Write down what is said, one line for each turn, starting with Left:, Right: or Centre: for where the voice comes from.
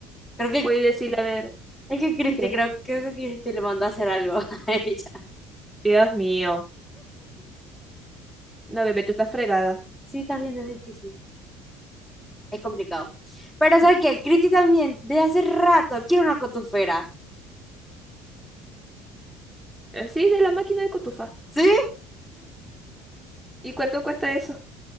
Left: Creo que
Centre: Puedes decirle, a ver,
Left: es que Cristi,
Centre: ¿qué?
Left: creo, creo que Cristi le mandó a hacer algo <laughs> a ella.
Centre: Dios mío. No, bebé, tú estás fregada.
Left: Sí, está bien, es difícil. Es complicado. Pero ¿sabes
Centre: <laughs>
Left: qué? Cristi también, desde hace rato, quiere una cotufera.
Centre: Así de la máquina de cotufa.
Left: ¿Sí?
Centre: ¿Y cuánto cuesta eso?